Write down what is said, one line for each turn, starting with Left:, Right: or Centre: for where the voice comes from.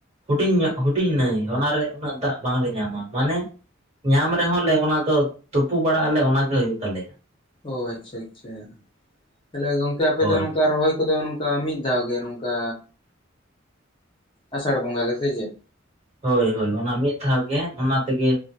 Right: ᱦᱩᱰᱤᱧ ᱧᱚᱜ ᱦᱩᱰᱤᱧ ᱱᱟᱹᱭ ᱚᱱᱟᱨᱮ ᱩᱱᱟᱹᱜ ᱫᱟᱜ ᱵᱟᱝᱞᱮ ᱧᱟᱢᱟ ᱢᱟᱱᱮ ᱧᱟᱢ ᱨᱮᱦᱚᱸ ᱞᱮ ᱚᱱᱟ ᱫᱚ ᱛᱩᱯᱩ ᱵᱟᱲᱟᱜ ᱟᱞᱮ ᱚ ᱜᱮ ᱦᱩᱭᱩᱜ ᱛᱟᱞᱮᱭᱟ᱾
Left: ᱚ ᱟᱪᱪᱷᱟ ᱟᱪᱪᱷᱟ ᱛᱟᱦᱚᱞᱮ ᱜᱚᱝᱠᱮ ᱟᱯᱮ
Right: ᱦᱳᱭ
Left: ᱫᱚ ᱱᱚᱝᱠᱟ ᱨᱚᱦᱚᱭ ᱠᱚᱫᱚ ᱱᱚᱝᱠᱟ ᱢᱤᱫ ᱫᱷᱟᱣ ᱜᱮ ᱱᱚᱝᱠᱟ ᱟᱥᱟᱲ ᱵᱚᱸᱜᱟ ᱜᱮ ᱥᱮ ᱪᱮᱫ?
Right: ᱦᱳᱭ ᱦᱳᱭ ᱚᱱᱟ ᱢᱤᱫ ᱫᱷᱟᱣ ᱜᱮ ᱚᱱᱟ ᱛᱮᱜᱮ